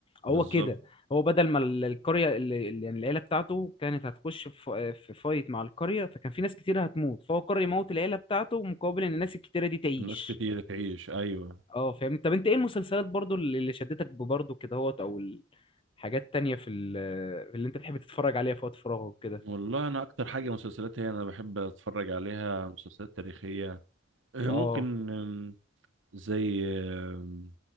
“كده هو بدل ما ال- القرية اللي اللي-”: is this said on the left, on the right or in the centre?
Left